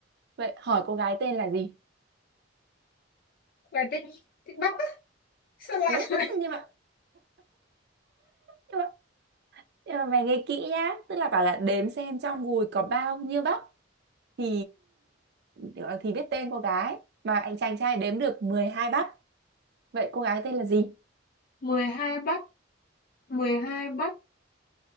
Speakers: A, on the right (about 55°); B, on the left (about 50°).
A: Vậy hỏi cô gái tên là gì?
B: mày thích thích bắt á. sao lại
A: Ừ,
B: <laughs>
A: nhưng mà, nhưng mà, nhưng mà mày nghe kỹ nhá. Tức là bảo là đếm xem trong gùi có bao nhiêu bắp thì ờ, thì biết tên cô gái. Mà anh chàng trai đếm được 12 bắp. Vậy cô gái tên là gì?
B: 12 bắt 12 bắt